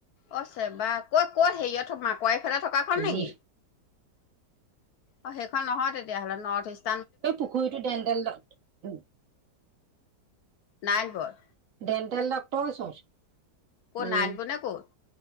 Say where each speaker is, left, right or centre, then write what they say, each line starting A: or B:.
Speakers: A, on the left; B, on the right.
A: অ ছেবা ক ক'ত হেৰিয়ত সোমাই পৰে। <unintelligible> থকা খন নেকি?
B: যি
A: অ 'সেইখন নহয় তেতিয়াহ'লে নৰ্থ ইষ্ট।
B: এই পুখুৰীটো ডণ্ডেলত উ
A: নাইটবৰ্ড
B: ডেণ্টেল ডক্টৰ ওচৰত
A: ক'
B: উম।
A: নাৰায়নপুৰত নে ক'ত